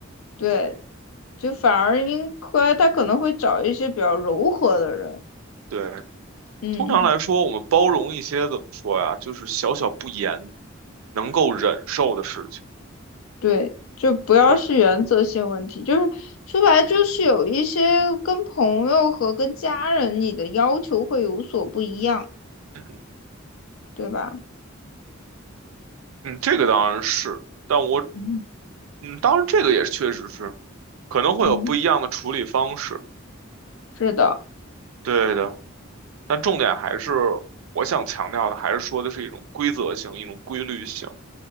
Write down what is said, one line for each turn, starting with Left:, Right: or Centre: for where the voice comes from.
Left: 对，就反而应该他可能会找一些比较柔和的人。
Right: 对，
Left: 嗯，
Right: 通常来说，我们包容一些怎么说呀，就是小小不言能够忍受的事情。
Left: 对，就不要是原则性问题，
Right: 对，
Left: 就是说白了就是有一些跟朋友和跟家人你的要求会有所不一样，
Right: 嗯
Left: 对吧？
Right: 嗯，这个当然是，但我
Left: 嗯
Right: 嗯，当然这个也确实是可能会有不一样的处理方式。
Left: 嗯，是的，
Right: 对的，但重点还是我想强调的，还是说的是一种规则性，一种规律性。